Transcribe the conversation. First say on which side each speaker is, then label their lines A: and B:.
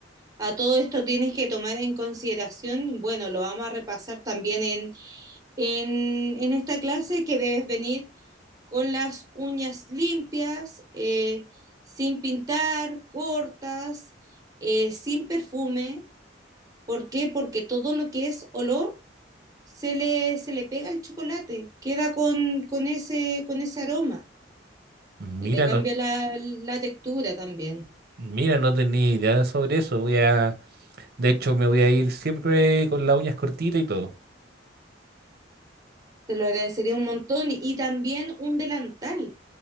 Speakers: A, on the right; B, on the right.
A: A todo esto tienes que tomar en consideración, bueno, lo vamos a repasar también en, en, en esta clase que debes venir con las uñas limpias, eh, sin pintar, cortas, eh, sin perfume. ¿Por qué? Porque todo lo que es olor se le, se le pega al chocolate, queda con, con ese, con ese aroma
B: Mira,
A: y le cambia
B: no,
A: la, la textura también.
B: mira, no tenía idea sobre eso. Voy a, de hecho, me voy a ir siempre con las uñas cortitas y todo.
A: Te lo agradecería un montón y, y también un delantal,